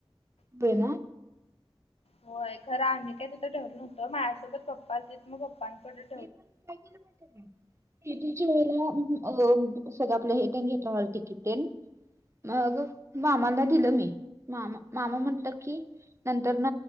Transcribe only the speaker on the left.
होय खर आम्ही काय तिथं ठेवल न होत माझसोबत पप्पा त मग पप्पांकड